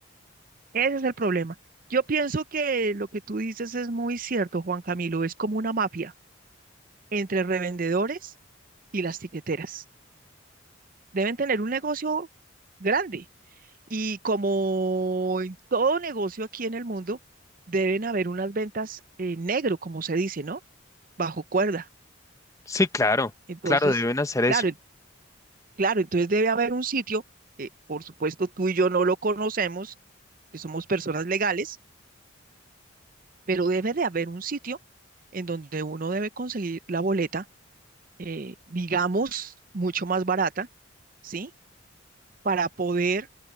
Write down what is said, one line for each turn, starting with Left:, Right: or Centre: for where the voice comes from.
Right: Ese es el problema. Yo pienso que lo que tú dices es muy cierto, Juan Camilo. Es como una mafia entre revendedores y las tiqueteras. Deben tener un negocio grande Y como en todo negocio aquí en el mundo, deben haber unas ventas en negro, como se dice, ¿no? Bajo cuerda.
Left: Sí, claro,
Right: Entonces,
Left: claro, deben hacer eso.
Right: claro, en- claro, entonces debe haber un sitio, eh, por supuesto tú y yo no lo conocemos, que somos personas legales, pero debe de haber un sitio en donde uno debe conseguir la boleta, eh, digamos, mucho más barata, ¿sí? Para poder